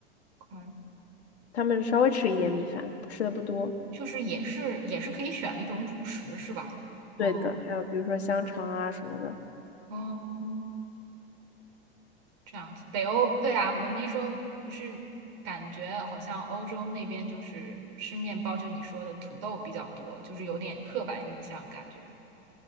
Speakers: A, on the right; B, on the left.
A: 可能
B: 他们稍微吃一点米饭，吃的不多。
A: 就是也是也是可以选的一种主食是吧？哦
B: 对的，还有比如说香肠啊什么的。
A: 哦，这样子，北欧，对啊，我那时候不是感觉好像欧洲那边就是吃面包，就你说的土豆比较多，就是有点刻板印象感觉